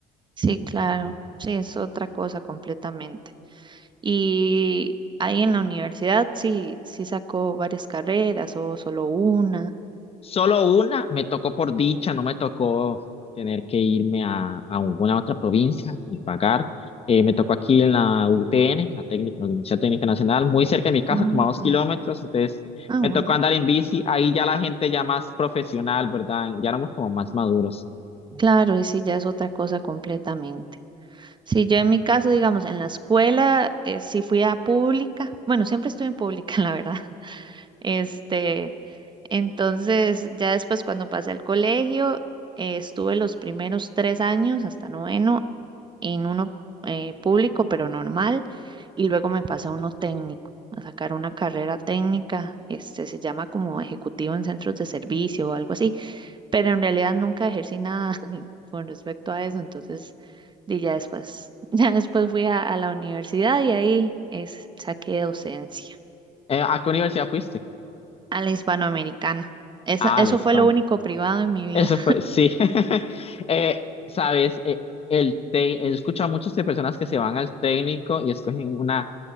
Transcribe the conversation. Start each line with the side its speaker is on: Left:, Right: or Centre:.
Right: Sí, claro, sí, es otra cosa completamente. Y ahí en la universidad, sí, sí sacó varias carreras o solo una.
Left: Solo una me tocó por dicha, no me tocó tener que irme a, a alguna otra provincia ni pagar. Eh, me tocó aquí en la UTN, la, técnica, la Universidad Técnica Nacional, muy cerca de mi casa,
Right: Ajá.
Left: como a dos kilómetros. Entonces
Right: Ah,
Left: me
Right: bueno,
Left: tocó andar en bici. Ahí ya la gente ya más profesional, ¿verdad? Ya éramos como más maduros.
Right: claro, y sí, ya es otra cosa completamente. Sí, yo en mi caso, digamos, en la escuela, eh, sí fui a pública. Bueno, siempre estuve en pública, <laughs> la verdad. Este, entonces, ya después cuando pasé al colegio, eh, estuve los primeros tres años hasta noveno en uno eh, público, pero normal, y luego me pasé a uno técnico, a sacar una carrera técnica, este, se llama como ejecutivo en centros de servicio o algo así, pero en realidad nunca ejercí nada <laughs> con respecto a eso, entonces, di ya después, <laughs> ya después fui a, a la universidad y ahí es, saqué docencia
Left: Eh, ¿a qué universidad fuiste?
Right: a la hispanoamericana. Eso,
Left: Ah,
Right: eso
Left: la Hispana.
Right: fue lo único privado en mi vida.
Left: Eso fue, sí. <laughs> Eh, sabes, Eh, el te- he escuchado a muchas de personas que se van al técnico y escogen una